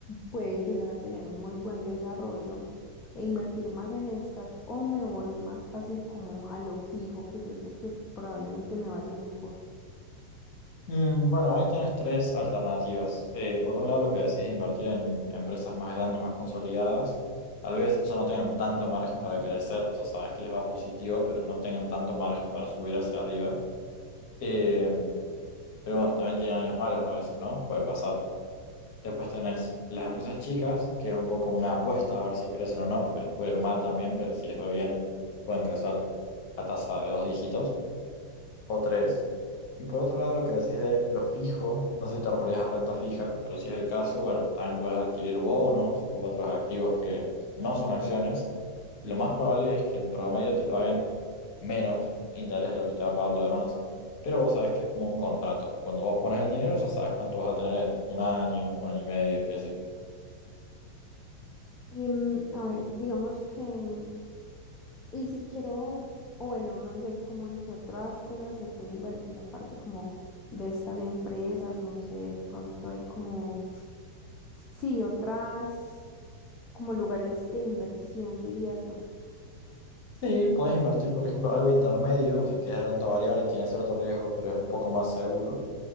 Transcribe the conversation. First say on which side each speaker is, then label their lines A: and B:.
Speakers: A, on the left; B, on the left.
A: puede llegar a tener un muy buen desarrollo e invertir más en estas o me voy más fácil como a lo fijo que yo sé que probablemente me vaya mejor.
B: Mm, Bueno, ahí tenés tres alternativas. Eh, por un lado, lo que decís de invertir en empresas más grandes, más consolidadas, tal vez ya no tengan tanto margen para crecer, o sea, sabes que les va positivo, pero no tengan tanto margen para subir hacia arriba. Eh, pero bueno, también tienen años malos a veces, ¿no? Puede pasar. Después tenés las empresas chicas, que es un poco una apuesta a ver si crecen o no, porque les puede ir mal también, pero si les va bien, pueden crecer a tasa de dos dígitos o tres. Y por otro lado, lo que decís de lo fijo, no sé si te referías a renta fija, pero si es el caso, bueno, también puedes adquirir bonos u otros activos que no son acciones. Lo más probable es que en promedio te paguen menos interés de lo que te va a pagar lo demás, pero vos sabés que es como un contrato. Cuando vos pones el dinero, ya sabes cuánto vas a tener en un año, un año y medio, y así.
A: Y mm, a ver, digamos que, mm, y si quiero, o bueno, no sé, como en qué otras cosas se puede invertir aparte como de estas empresas, no sé, de pronto hay como, sí, otras como lugares de inversión, diría yo.
B: Sí, podés invertir, por ejemplo, algo intermedio, o sea, que es renta variable, tiene cierto riesgo, pero es un poco más seguro.